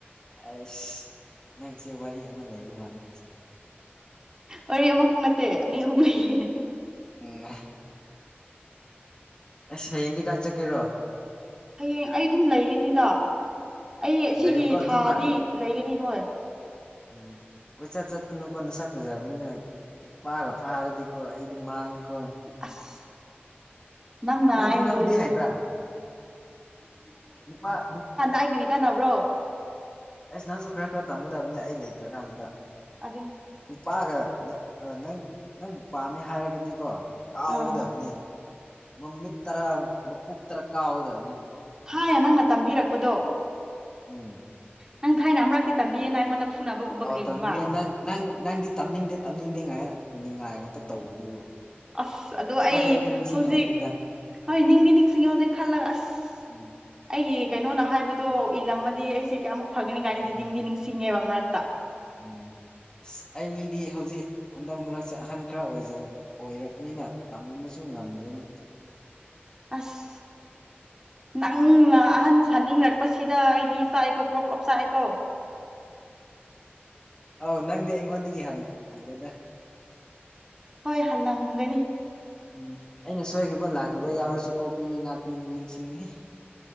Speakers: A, on the left (about 20°); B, on the right (about 15°).
A: ꯑꯩꯁ ꯅꯪꯁꯦ ꯋꯥꯔꯤ ꯑꯃ ꯂꯩꯕ ꯃꯥꯜꯂꯦ
B: ꯋꯥꯔꯤ ꯑꯃꯈꯛ ꯅꯠꯇꯦ ꯑꯅꯤ ꯑꯍꯨꯝꯍꯩꯌꯦ
A: ꯎꯝ ꯁ ꯍꯟꯗꯤ ꯀ ꯆ ꯀꯔꯣ
B: ꯍꯌꯦꯡ ꯑꯩ ꯑꯗꯨꯝ ꯂꯩꯒꯅꯤꯗ ꯑꯩ ꯑꯁꯤꯒꯤ
A: ꯂꯩꯌꯨꯀꯣ ꯑꯗꯨꯃ
B: ꯊꯥꯗꯤ ꯂꯩꯒꯅꯤ ꯍꯣꯏ
A: ꯎꯝ ꯀꯣꯏꯆꯠ ꯆꯠꯀꯅꯨꯀꯣ ꯅꯁꯛ ꯐꯖꯕꯅꯤꯅ ꯅꯨꯄꯥꯒ ꯐꯥꯔꯗꯤꯀꯣ ꯑꯩꯗꯤ ꯃꯥ ꯄꯦꯡꯥꯡꯀꯣꯡꯣꯛ
B: ꯑꯁ ꯅꯪꯅ
A: ꯅꯪ
B: ꯑꯦꯝ
A: ꯐꯨꯅꯕꯗꯤ
B: ꯣꯂꯨ
A: ꯍꯩꯕ꯭ꯔꯥ ꯅꯨꯄꯥ ꯅꯨ
B: ꯑꯩ ꯀꯔꯤ ꯀꯥꯟꯅꯕ꯭ꯔꯣ
A: ꯑꯁ ꯅꯎꯁꯨ ꯈꯔ ꯈꯔ ꯇꯃꯨꯗ ꯑꯗꯨ ꯑꯩ ꯂꯩꯇ꯭ꯔꯀꯥꯟꯁꯤꯗ
B: ꯑꯗꯨ
A: ꯅꯨꯄꯥꯒ ꯅꯪ ꯅꯪꯕꯨ ꯄꯥꯝꯃꯦ ꯍꯥꯏꯔꯒꯗꯤꯀꯣ ꯀꯥꯎꯒꯗꯕꯅꯤ
B: ꯑꯥ
A: ꯃꯃꯤꯠ ꯇꯔꯥ ꯃꯄꯨ ꯇꯔꯥ ꯀꯥꯎꯒꯗꯕꯅꯤ
B: ꯊꯥꯏ ꯅꯪꯅ ꯇꯝꯕꯤꯔꯛꯄꯗꯣ
A: ꯎꯝ
B: ꯅꯪ ꯊꯥꯏꯅ ꯑꯃꯔꯨꯔꯛꯇꯤ ꯇꯝꯕꯤꯌꯦꯅ ꯑꯩꯉꯣꯟꯗ ꯐꯨꯅꯕꯒꯨꯝꯕ
A: ꯑꯧ
B: ꯀꯔꯤꯒꯨꯝꯕ
A: ꯇꯝꯕꯤꯌꯦ ꯅꯪ ꯅꯪ ꯅꯪꯗꯤ ꯇꯝꯅꯤꯡꯗꯦ ꯇꯝꯅꯤꯡꯗꯦ ꯉꯥꯏꯅꯤꯡꯉꯥꯏ ꯉꯥꯛꯇ ꯇꯧꯕꯗꯨꯕꯨ
B: ꯑꯁ ꯑꯗꯣ
A: ꯈꯔ
B: ꯑꯩ
A: ꯈꯔꯗꯤ ꯅꯤꯡꯁꯤꯡꯉꯝꯒꯅꯤꯗ
B: ꯍꯧꯖꯤꯛ ꯍꯣꯏ ꯅꯤꯡꯗꯤ ꯅꯤꯡꯁꯤꯡꯉꯦ ꯍꯧꯖꯤꯛ ꯈꯜꯂꯒ ꯑꯁ
A: ꯎꯝ
B: ꯑꯩꯒꯤ ꯀꯩꯅꯣꯅ ꯍꯥꯏꯕꯗꯣ ꯏꯜꯂꯝꯗ ꯗꯤ ꯑꯩꯁꯦ ꯀꯌꯥꯃꯨꯛ ꯐꯒꯅꯤ ꯀꯥꯏꯅꯗꯤ
A: ꯎꯝ
B: ꯅꯤꯡꯗꯤ ꯅꯤꯡꯁꯤꯡꯉꯦꯕ ꯃꯔꯛꯇ
A: ꯎꯝ ꯑꯁ ꯑꯩꯗꯤ ꯍꯧꯖꯤꯛ ꯍꯟꯗꯛ ꯃꯔꯛ ꯑꯁꯦ ꯑꯍꯟ ꯈꯔꯖ ꯑꯣꯏꯔꯛꯄꯅꯤꯅ ꯇꯝꯕꯁꯨ ꯉꯝꯗ꯭ꯔꯦꯅꯦ
B: ꯑꯁ ꯅꯪꯅ ꯑꯍꯟ ꯁꯥꯅꯤꯡꯔꯛꯄꯁꯤꯗ ꯑꯩꯗꯤ ꯁꯥꯥꯏꯀꯣ ꯄ꯭ꯔꯣ ꯄ꯭ꯔꯣꯞ ꯁꯥꯥꯏꯀ
A: ꯑꯥꯎ ꯅꯪꯗꯤ ꯑꯩꯉꯣꯟꯗꯒꯤ ꯍꯜꯂꯦꯗ
B: ꯍꯣꯏ ꯍꯜꯂꯝꯃꯝꯒꯅꯤ
A: ꯎꯝ ꯑꯩꯅ ꯁꯣꯏꯈꯤꯕ ꯂꯥꯟꯈꯤꯕ ꯌꯥꯎꯔꯁꯨ ꯀꯣꯛꯄꯤꯅꯤ ꯉꯥꯛꯄꯤꯅꯤ ꯅꯤꯡꯁꯤꯡꯉ